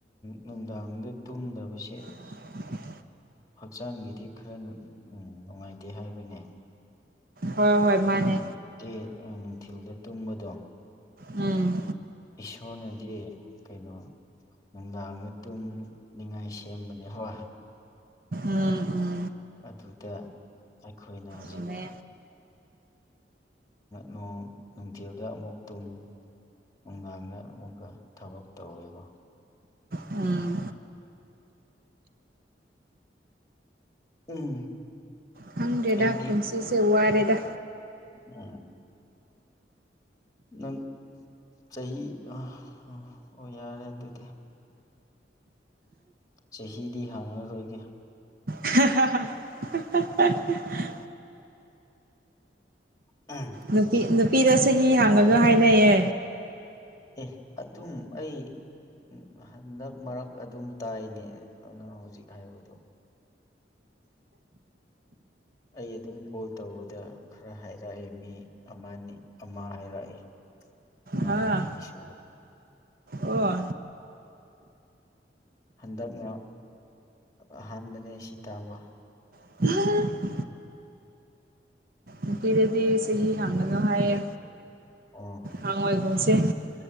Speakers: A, on the left; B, on the right.
A: ꯅꯨꯡꯗꯥꯡꯗ ꯇꯨꯝꯗꯕꯁꯦ
B: <inaudible>
A: ꯍꯛꯆꯥꯡꯒꯤꯗꯤ ꯈꯔ ꯅꯨꯡꯉꯥꯏꯇꯦ ꯍꯥꯏꯕꯅꯦ
B: ꯍꯣꯏ ꯍꯣꯏ
A: ꯑꯗꯨꯝ
B: ꯃꯥꯅꯦ
A: ꯗꯦ ꯅꯨꯡꯊꯤꯜꯗ ꯇꯨꯝꯕꯗꯣ
B: ꯎꯝ
A: ꯏꯁꯣꯔꯅꯗꯤ ꯀꯩꯅꯣ ꯅꯨꯡꯗꯥꯡꯗ ꯇꯨꯝ ꯅꯤꯡꯉꯥꯏ ꯁꯦꯝꯕꯅꯦ ꯍꯣꯏ
B: ꯎꯝ ꯎꯝ
A: ꯑꯗꯨꯗ ꯑꯩꯈꯣꯏꯅ ꯍꯧꯖꯤꯛ
B: ꯆꯨꯝꯃꯦ
A: ꯅꯣꯡ ꯅꯨꯡꯊꯤꯜꯗ ꯑꯃꯨꯛ ꯇꯨꯝ ꯅꯨꯡꯗꯥꯡꯗ ꯑꯃꯨꯛꯀ ꯊꯕꯛ ꯇꯧꯋꯦꯕ
B: ꯎꯝ
A: ꯎꯝ
B: ꯈꯪꯗ꯭ꯔꯦꯗ
A: ꯑꯩꯗꯤ
B: ꯄꯨꯟꯁꯤꯁꯦ ꯋꯥꯔꯦꯗ
A: ꯎꯝ ꯅꯪ ꯆꯍꯤ ꯑꯣ ꯌꯥꯔꯦ ꯑꯗꯨꯗꯤ ꯆꯍꯤꯗꯤ ꯍꯥꯡꯉꯔꯣꯏꯒꯦ
B: <inaudible> <unintelligible>
A: ꯎꯝ
B: ꯅꯨꯄꯤ ꯅꯨꯄꯤꯗ ꯆꯍꯤ ꯍꯥꯡꯉꯗꯣ ꯍꯥꯏꯅꯩꯌꯦ
A: ꯑꯦ ꯑꯗꯨꯝ ꯑꯩ ꯎꯝ ꯍꯟꯗꯛ ꯃꯔꯛ ꯑꯗꯨꯝ ꯇꯥꯏꯅꯦ ꯑꯗꯨ ꯅꯪ ꯍꯧꯖꯤꯛ ꯍꯥꯏꯕꯗꯣ ꯑꯩ ꯑꯗꯨꯝ ꯀꯣꯜ ꯇꯧꯕꯗ ꯈꯔ ꯍꯥꯏꯔꯛꯑꯦ ꯃꯤ ꯑꯃꯅꯤ ꯑꯃ ꯍꯥꯏꯔꯛꯑꯦ ꯅꯪꯅ
B: ꯍꯥ
A: ꯑꯅꯤꯁꯤ
B: ꯑꯣ
A: ꯍꯟꯗꯛꯅ ꯑꯍꯥꯟꯕꯅꯦ ꯁꯤ ꯇꯥꯕ
B: <unintelligible> ꯅꯨꯄꯤꯗꯗꯤ ꯆꯍꯤ ꯍꯥꯡꯉꯗꯣ ꯍꯥꯏꯌꯦ
A: ꯑꯣ ꯑ
B: ꯍꯪꯉꯣꯏꯒꯨꯝꯁꯦ